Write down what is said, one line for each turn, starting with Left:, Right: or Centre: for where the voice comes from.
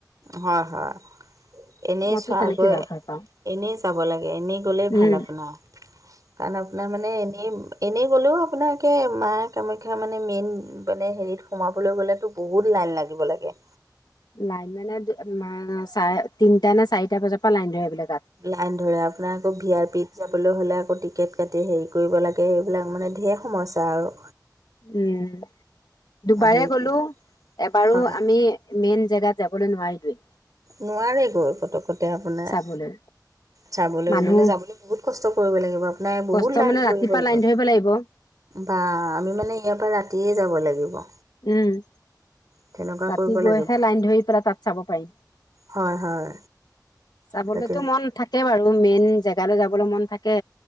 Right: হয়, হয়। এনেই
Left: মইতো
Right: চোৱগৈ,
Left: তেনেকে যোৱা ভাল পাওঁ
Right: এনেই যাব লাগে, এনেই গ'লেই ভাল
Left: উম
Right: আপোনাৰ। কাৰণ আপোনাৰ মানে এনেই এনেই গ'লেও আপোনাৰাকে মা কামাখ্যা মানে মেইন মানে হেৰিত সোমাবলৈ গ'লেতো বহুত লাই লাইন লাগিব লাগে
Left: লাইন মানে মা চাৰে তিনটা নে চাৰিটা বজাৰ পৰা লাইন ধৰে এইবিলাক
Right: লাইন ধৰে আপোনাৰ আকৌ ভি আৰ পিত যাবলৈ হ'লে আকৌ টিকেট কাট টি হেৰি কৰিব লাগে এইবিলাক মানে ঢেৰ সমস্যা আৰু
Left: উম দুবাৰে
Right: হেৰি
Left: গলো
Right: কৰি
Left: এবাৰো
Right: হয়
Left: আমি মেইন জেগাত যাবলৈ নোৱাৰিলেও।
Right: নোৱাৰে গৈ পতকতে আপোনাৰ
Left: চাবলৈ
Right: চাবলৈ
Left: মানুহ
Right: মানে যাবলৈ বহুত কষ্ট। কৰিব লাগিব আপোনাৰ বহুত
Left: কষ্ট
Right: লাইন
Left: মানে
Right: ধৰি
Left: ৰাতিপুৱা
Right: গ'ল।
Left: লাইন ধৰিব লাগিব
Right: বা আমি মানে ইয়াৰ পা ৰাতিয়ে যাব লাগিব।
Left: উম ৰাতি
Right: তেনেকুৱা কৰিব
Left: গৈহে
Right: লাগিব
Left: লাইন ধৰি পেলাই তাত চাব পাৰি।
Right: হয় হয়
Left: চাবলেতো
Right: সেই তেনে
Left: মন থাকে বাৰত। আৰু মেইন জেগালৈ যাবলৈ মন থাকে।